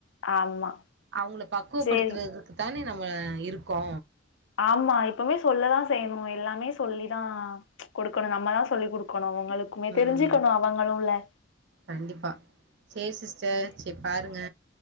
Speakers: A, on the left; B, on the right.
A: ஆமா
B: அவங்கள பக்குவப்படுத்துறதுக்கு
A: சேரி
B: தானே நம்ம இருக்கோ
A: ஆமா இப்பமே சொல்லதா செய்யணு எல்லாமே சொல்லி தா குடுக்கணு நம்மதா சொல்லி் குடுக்கணு ங்களுக்குமே
B: ம்
A: தெரிஞ்சுகணு அவங்களுல
B: கண்டிப்பா சேரி சிஸ்டர் சேர் பாருங்க